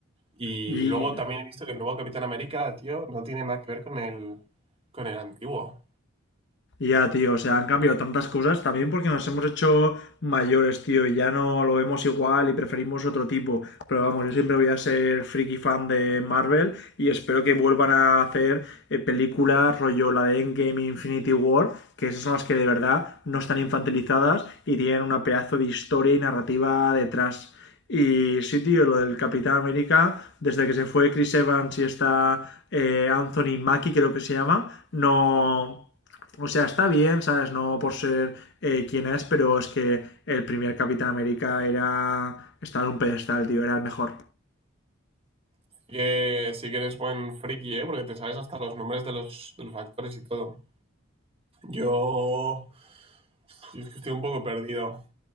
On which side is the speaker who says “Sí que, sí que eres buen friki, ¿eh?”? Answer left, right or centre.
Right